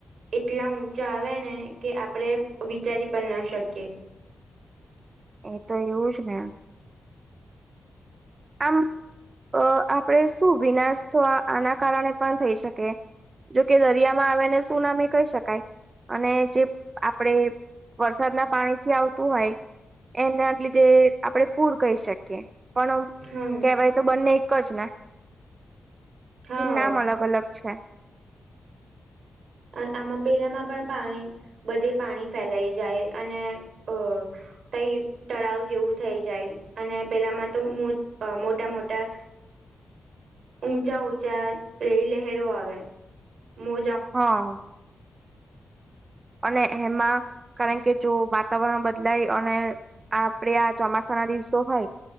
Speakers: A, on the right; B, on the right.
A: એટલા ઊંચા આવે ને કે આપણે વિચારી પણ ના શકીએ.
B: એ તો એવું જ ને. આમ આપણેે શું વિનાશ થ આના કારણે પણ થઈ શકે. જોકે દરિયામાં આવેને શું નામ કહી શકાય. અને જે આપડે વરસાદના પાણી થી આવતું હોય. એના લીધે આપણેે પૂર કહી શકીએ પણ.
A: હમ.
B: હવે તો બંને એક જ ને
A: હા
B: નામ અલગ અલગ છે.
A: આમાં પેલામાં પણ પાણી બધે પાણી ફેલાઈ જાય અને અ. કં. તળાવ જેવું થઈ જાય અને પેલામાં તો મોટા મોટા. ઊંચા ઊંચા રહી લહેરો આવે મો.
B: હા. અને એમાં. કારણ કે જો વાતાવરણ બદલાય અને આપડ આ ચોમાસાના દિવસો હોય